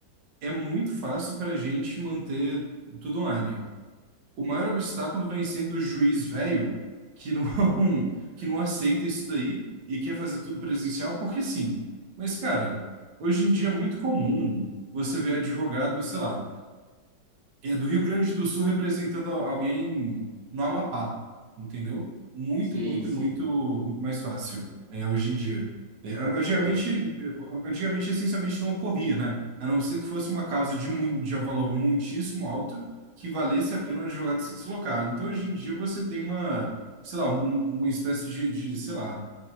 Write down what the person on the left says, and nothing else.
Sim,
sim.
É,